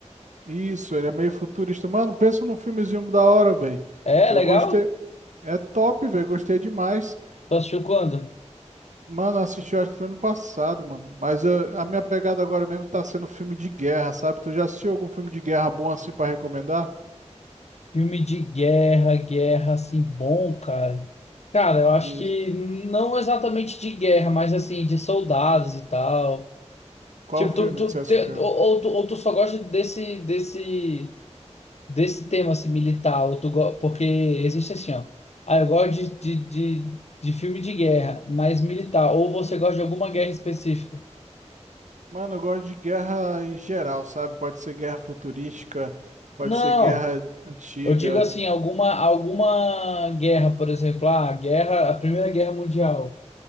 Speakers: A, on the right; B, on the left.
A: Isso, ele é meio futurista. Mano, pensa num filmezinho da hora, velho.
B: É,
A: Eu
B: legal?
A: gostei. É top, velho, gostei demais.
B: Tu assistiu quando?
A: Mano, eu assisti, eu acho que foi ano passado, mano. Mas eu- a minha pegada agora mesmo tá sendo filme de guerra, sabe? Tu já assistiu algum filme de guerra bom assim pra recomendar?
B: Filme de guerra, guerra, assim, bom, cara. Cara, eu acho
A: Isso.
B: que não exatamente de guerra, mas assim, de soldados e tal.
A: Qual
B: Tipo,
A: filme
B: tu, tu,
A: que você assistiu?
B: te- ou, ou tu, ou tu só gosta desse, desse, desse tema, assim, militar, ou tu go... porque existe assim, ó. Ah, eu gosto de, de, de, de filme de guerra, mas militar. Ou você gosta de alguma guerra específica?
A: Mano, eu gosto de guerra em geral, sabe? Pode ser guerra futurística, pode
B: Não!
A: ser guerra antiga.
B: Eu digo assim, alguma, alguma guerra, por exemplo, ah, a guerra, a Primeira Guerra Mundial.